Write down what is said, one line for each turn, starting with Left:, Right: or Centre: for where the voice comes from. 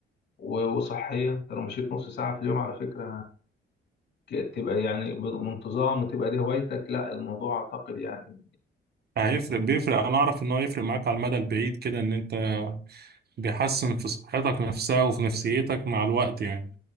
Left: و- وصحية انت لو مشيت نص ساعة في اليوم على فكرة ك- تبقى يعني بانتظام وتبقى دي هوايتك لا الموضوع اعتقد يعني
Right: هيفرق بيفرق انا اعرف ان هو يفرق معاك على المدى البعيد كده ان انت بيحسن في صحتك نفسها وفي نفسيتك مع الوقت يعني